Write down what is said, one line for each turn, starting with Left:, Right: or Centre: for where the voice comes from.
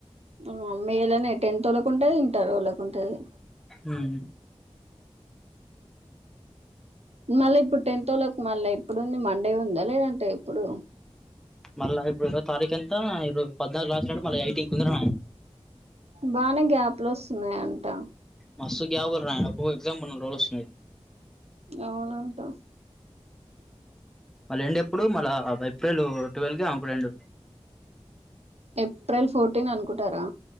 Right: మ్మ్ మేలనే టెన్త్ వాళ్ళకు ఉంటది ఇంటర్ వాళకుంటది
Centre: ఉమ్
Right: మళ్ళా ఇప్పుడు టెన్తోళ్లకి మళ్ళా ఇప్పుడుంది మండే ఉందా లేదంట అంటే ఇప్పుడు
Centre: మళ్ళ ఇప్పుడు ఇరవ తారీఖు వెళ్తా ఇర పద్నాలుగు క్లాసులు అంటే మళ్ళీ ఐటీ కుందర
Right: బానే గ్యాప్ లోస్ స్న్నా అంట
Centre: మస్తు గ్యాప్ <unintelligible> ఎగ్జామ్ పన్నెండు రోజులు వస్తున్నాయి
Right: అవునంటా
Centre: మళ్ళ ఎండ్ ఎప్పుడు మళ్ళ ఏప్రిల్ ట్వెల్వ్ కే ఆమెకు ఎండు
Right: ఏప్రిల్ ఫోర్టీన్ అనుకుంటారా